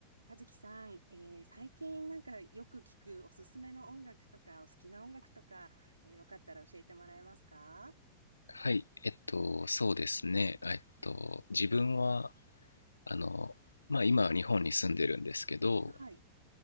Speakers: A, on the right; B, on the left.
A: 和樹さん、えー最近なんかよく聞くおすすめの音楽とか、お好きな音楽とか、えーよかったら教えてもらえますか
B: はい、えっと、そうですね。えっと、自分は、あの、まあ今は日本に住んでるんですけど、
A: はい。